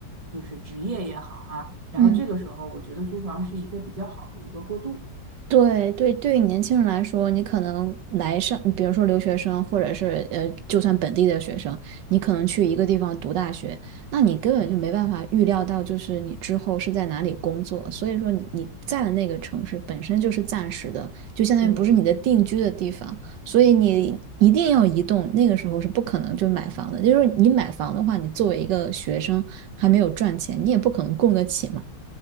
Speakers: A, on the right; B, on the right.
A: 就是职业也好啊，然后这个时候我觉得租房是一个比较好的一个过渡。
B: 嗯。对对，对于年轻人来说，你可能来上，比如说留学生，或者是呃，就算本地的学生，你可能去一个地方读大学，那你根本就没办法预料到，就是你之后是在哪里工作。所以说你，你在的那个城市本身就是暂时的，就相当于不是你的定居的地方，
A: 对，
B: 所以你一定要移动。那个时候是不可能就买房的，就是你买房的话，你作为一个学生还没有赚钱，你也不可能供得起嘛。